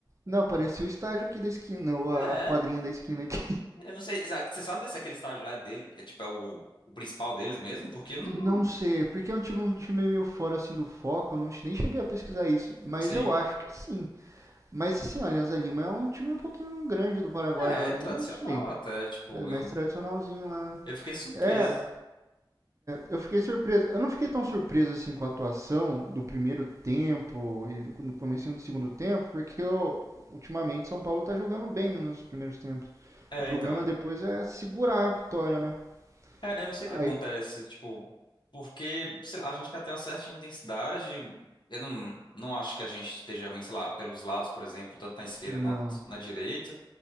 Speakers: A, on the right; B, on the left.
A: Não, parecia o estádio aqui da esquina, ou
B: É,
A: a quadrinha da esquina aqui.
B: eu não sei, exa- você sabe se aquele estádio lá é dele, é tipo, é o, o principal deles mesmo? Porque
A: <laughs>
B: eu não,
A: Não sei, porque é um time, um time meio fora assim do foco, eu não, nem cheguei a pesquisar isso, mas
B: sim.
A: eu acho que sim. Mas assim, olha, Alianza Lima é um time um pouquinho grande do Paraguai,
B: É,
A: ó,
B: é
A: eu
B: tradicional
A: não sei.
B: até, tipo,
A: É mais
B: eu,
A: tradicionalzinho lá, né?
B: eu fiquei surpreso.
A: É, eu fiquei surpreso. Eu não fiquei tão surpreso assim com a atuação do primeiro tempo e do- no comecinho do segundo tempo, porque eu, ultimamente São Paulo tá jogando bem nos primeiros tempos.
B: É,
A: O problema
B: então.
A: depois é segurar a vitória, né?
B: É, eu não sei o
A: Aí
B: que acontece, tipo, porque, sei lá, a gente tem até uma certa intensidade. Eu não, não acho que a gente esteja ruim, sei lá, pelos lados, por exemplo, tanto na esquerda
A: Não,
B: quanto na direita.